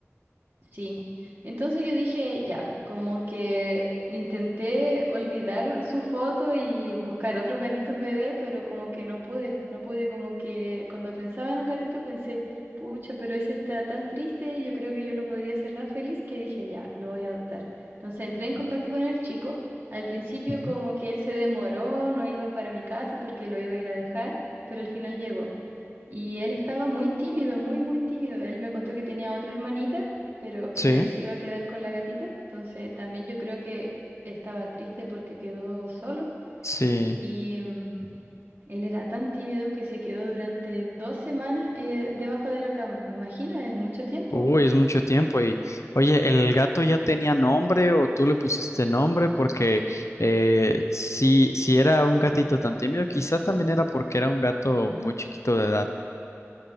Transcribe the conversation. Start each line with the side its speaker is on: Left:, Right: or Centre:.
Right: Sí, entonces yo dije, ya, como que intenté olvidar su foto y buscar otros gatitos bebé, pero como que no pude, no pude, como que cuando pensaba en un gatito pensé, pucha, pero ese está tan triste, yo creo que yo lo podría hacer tan feliz que dije, ya, lo voy a adoptar. Entonces entré en contacto con el chico, al principio
Left: Ujú.
Right: como que él se demoró, no iba para mi casa porque lo iba a ir a dejar, pero al final llegó. Y él estaba muy tímido, muy, muy tímido. Él me contó que tenía otra hermanita pero que
Left: Sí,
Right: él se iba a quedar con la gatita. Entonces también yo creo que estaba triste porque quedó solo
Left: sí.
Right: y mm, él era tan tímido que se quedó durante dos semanas eh, debajo de la cama. Imagina, es mucho tiempo.
Left: Uy, es mucho tiempo. Y oye, ¿el gato ya tenía nombre o tú le pusiste nombre? Porque eh, si, si era un gatito tan tímido, quizá también era porque era un gato muy chiquito de edad.